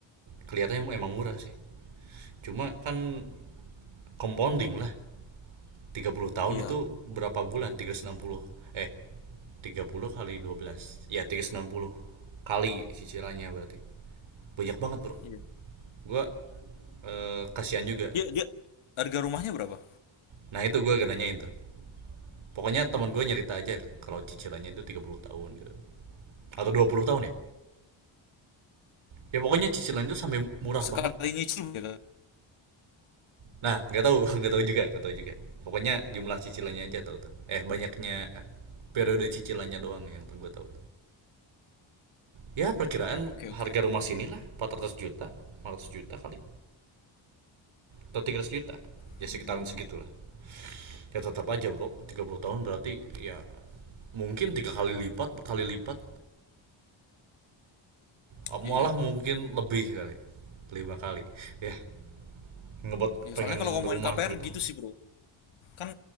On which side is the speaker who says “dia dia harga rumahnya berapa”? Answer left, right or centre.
Left